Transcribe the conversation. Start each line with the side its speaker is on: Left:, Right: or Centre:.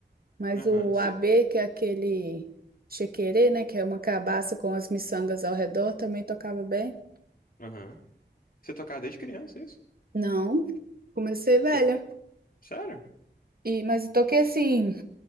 Right: Mas
Left: Aham.
Right: o
Left: Você,
Right: AB, que é aquele chequerê, né, que é uma cabaça com as miçangas ao redor, também tocava bem.
Left: aham. Você tocava desde criança, é isso?
Right: Não, comecei velha.
Left: Você- sério?
Right: E, mas eu toquei assim,